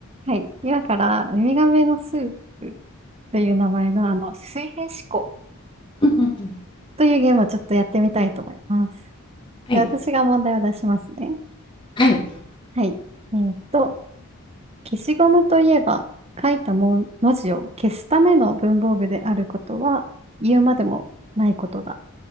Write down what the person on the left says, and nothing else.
うんうんうん
はい
はい